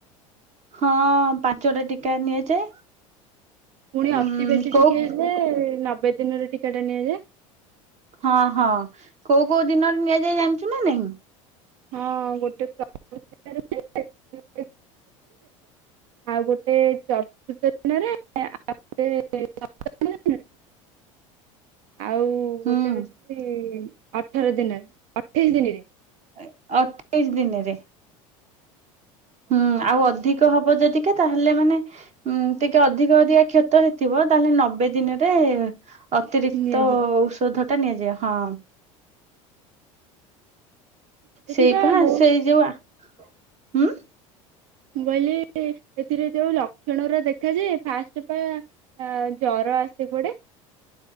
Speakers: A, on the right; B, on the right.
A: ହଁ ପାଞ୍ଚଟା ଟିକା ନିଆଯାଏ।
B: ପୁଣି
A: ଉଁ
B: ଅତି ବେଶୀ
A: କୋଉ
B: ଟିକେ ହେଲେ ନବେ ଦିନରେ ଟିକା ଟା ନିଆଯାଏ।
A: ହଁ, ହଁ କୋଉ କୋଉ ଦିନରେ ନିଆଯାଏ ଜାଣିଛୁ ନା ନାହି?
B: ହଁ ଗୋଟେ <inaudible> ଆଉ ଗୋଟେ ଚତୁର୍ଥ ଦିନରେ, ଆଉ ଗୋଟେ ଚତୁର୍ଥ ଦିନରେ ହୁଁ। ଆଉ
A: ହୁଁ
B: ଗୋଟେ ହଉଛି ଅଠର ଦିନ, ଅଠେଇଶି ଦିନରେ।
A: ଏ ଅଠେଇଶ ଦିନରେ। ହୁଁ, ଆଉ ଅଧିକ ହବ ଯଦିକ ତାହେଲେ ମାନେ ଉଁ, ଟିକେ ଅଧିକ ଅଧିକା କ୍ଷତ ହେଇଥିବ ତାହେଲେ ନବେ ଦିନରେ। ଅତିରିକ୍ତ
B: ନିଆଯିବ
A: ଔଷଧ ଟା ନିଆଯାଏ ହଁ।
B: ଏଥିରେ
A: ସେଇପା
B: ବହୁ ମୁଁ
A: ସେଇ ଯଉ ଆ ଉଁ
B: ମୁଁ କହିଲି ଏଥିରେ ଯୋଉ ଲକ୍ଷଣ ଗୁରା ଦେଖାଯାଏ ଫାଷ୍ଟ ପା ଆ ଜର ଆସେ କୁଆଡେ?